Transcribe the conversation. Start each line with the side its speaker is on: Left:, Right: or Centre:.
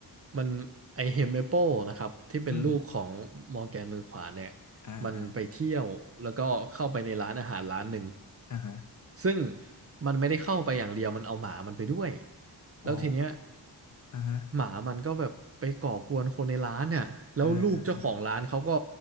Right: มันไอเฮมเมเปลนะครับที่เป็นลูกของมอร์แกนมือขวาเนี่ย
Left: อืมอ่าอ่า
Right: มันไปเที่ยวแล้วก็เข้าไปในร้านอาหารร้านหนึ่ง
Left: อ่าฮะ
Right: ซึ่งมันไม่ได้เข้าไปอย่างเดียวมันเอาหมามันไปด้วยแล้วทีเนี้ย
Left: อ๋ออ่าฮะ
Right: หมามันก็แบบไปก่อกวนคนในร้านเนี่ยแล้วลูกเจ้าของร้านเขาก็
Left: อ่าอ่าอ่า